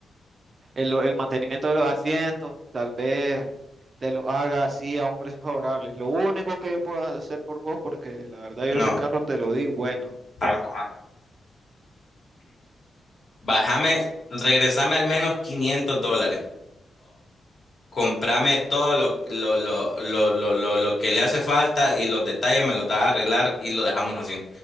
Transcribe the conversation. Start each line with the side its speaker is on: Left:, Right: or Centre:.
Right: el, el mantenimiento de los asientos, tal vez te lo haga así a un precio favorable. Es lo único que yo puedo hacer por vos, porque la verdad yo
Left: No,
Right: ese carro te lo di, bueno.
Left: hagamos algo. Bájame, regresame al menos 500 dólares. Comprame todo lo, lo, lo, lo, lo, lo, lo que le hace falta y los detalles me los das a arreglar y lo dejamos así.